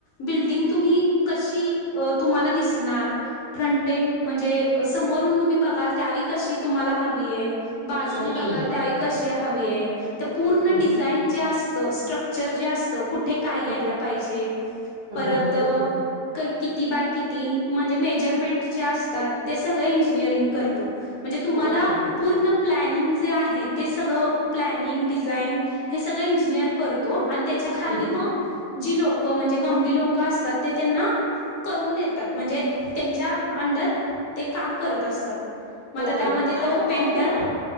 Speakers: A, on the left; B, on the right.
A: बिल्डिंग तुम्ही कशी तुम्हाला दिसणार ह. म्हणजे समोरून तुम्ही बघा त्यावेळी कशी तुम्हाला ह बाजूने
B: ओके
A: बघाल त्यावेळी कशी हवी आहे तर पूर्ण
B: हं
A: डिझाईन जे अस. स्ट्रक्चर जे असत कुठे काय यायला
B: हं
A: पाहिजे
B: हं
A: परत.
B: हं हं
A: किती बाय किती म्हणजे मेजरमेंट जे असतात ते सगळं इंजिनिअरिंग करतो. म्हणजे तुम्हाला
B: ओके ओके
A: पूर्ण प्लनिंग. जे आहे ते सगळं प्लॅनिंग डिझाईन हे सगळं इंजिनिअर करतो. आणि त्याच्या खाली
B: हं हं
A: मग जी लोक म्हणजे गौंडी लोक असतात ते त्यांना. करून देतात म्हणजे त्यांच्या अंडर ते काम करत असतात. मग
B: ओक्यो
A: आता त्यामध्ये
B: आणि
A: तो
B: मग
A: पेंटर
B: ऐक ना.